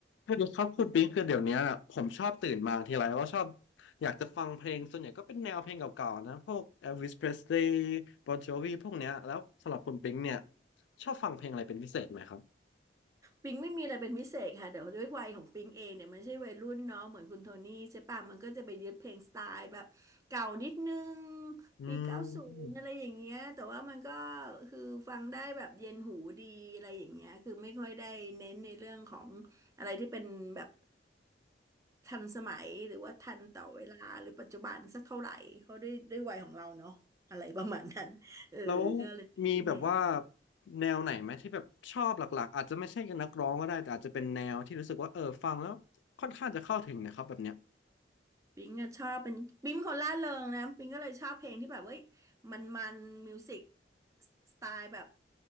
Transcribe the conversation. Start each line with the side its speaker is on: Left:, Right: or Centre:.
Left: คือครับคุณปิงคือเดี๋ยวเนี้ยอะผมชอบตื่นมาทีไรว่าชอบอยากจะฟังเพลงส่วนใหญ่ก็เป็นแนวเพลงเก่าๆนะพวก Elvis Presley Bon Jovi พวกเนี้ยแล้วสำหรับคุณปิงเนี่ยชอบฟังเพลงอะไรเป็นพิเศษไหมครับ
Right: ปิงไม่มีอะไรเป็นพิเศษค่ะเดี๋ยวด้วยวัยของปิงเองเนี่ยมันไม่ใช่วัยรุ่นเนาะเหมือนคุณโทนี่ใช่ป่ะมันก็จะไปยึดเพลงสไตล์แบบเก่านิดนึง
Left: อืม
Right: ปีเก้าศูนอะไรอย่างเงี้ยแต่ว่ามันก็คือฟังได้แบบเย็นหูดีอะไรอย่างเงี้ยคือไม่ค่อยได้เน้นในเรื่องของอะไรที่เป็นแบบทันสมัยหรือว่าทันต่อเวลาหรือปัจจุบันสักเท่าไหร่เขาะด้วยด้วยวัยของเราเนาะอะไรประมาณนั้นเออก็เลยไม่เน้น
Left: แล้วมีแบบว่าแนวไหนไหมที่แบบชอบหลักๆอาจจะไม่ใช่นักร้องก็ได้แต่อาจจะเป็นแนวที่รู้สึกว่าเออฟังแล้วค่อนข้างจะเข้าถึงนะครับแบบเนี้ย
Right: ปิงอะชอบเป็นปิงเป็นคนร่าเริงนะปิงก็เลยชอบเพลงที่แบบเว้ยมันมันมิวสิกสไตล์แบบ